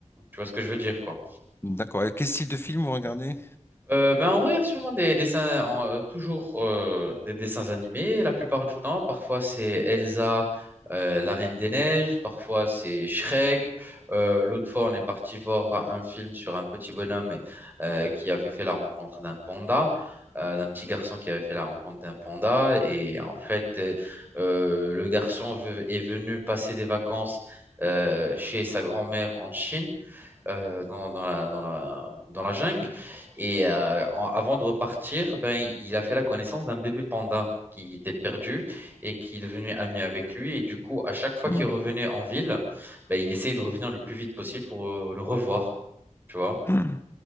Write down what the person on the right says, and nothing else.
Tu vois ce que je veux dire, quoi.
Euh, ben on regarde sûrement des dessins, en- euh, toujours euh, des dessins animés la plupart du temps. Parfois c'est Elsa, euh, la Reine des Neiges, parfois c'est Shrek. Euh, l'autre fois on est parti voir un film sur un petit bonhomme euh, qui avait fait la rencontre d'un panda, euh, d'un petit garçon qui avait fait la rencontre d'un panda. Et en fait euh, euh, le garçon veut- est venu passer des vacances euh, chez sa grand-mère en Chine euh, dans, dans la, dans la, dans la jungle. Et euh, en- avant de repartir, ben, il il a fait la connaissance d'un bébé panda qui était perdu et qui est devenu ami avec lui. Et du coup, à chaque fois
qu'il revenait en ville, ben, il essayait de revenir le plus vite possible pour euh, le revoir. Tu vois?